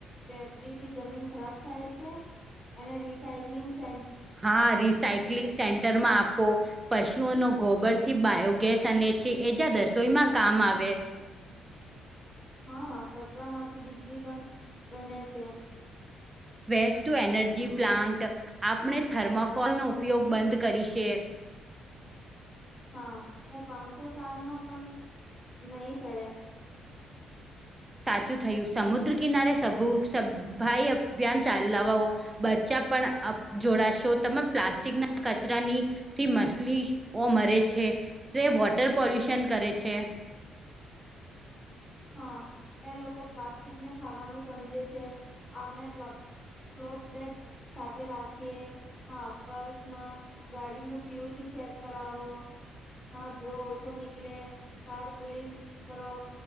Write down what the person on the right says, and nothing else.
હા, રિસાયક્લિંગ સેન્ટરમાં આપો. પશુઓનો ગોબર થી બાયોગેસ અને છે, એ જ્યા રસોઈમાં કામ આવે.
વેસ્ટુ-એનર્જી પ્લાન્ટ આપણે થર્મકોલ નો ઉપયોગ બંધ કરી છે.
સાચું થયું, સમુદ્ર કિનારે સ સફાઈ અભિયાન ચલાવઓ. બચ્ચા પણ જોડાશો, તમે પ્લાસ્ટિકના કચરાની. થી મછલીઓ મરે છે, તે વોટર પોલ્યુશન કરે છે.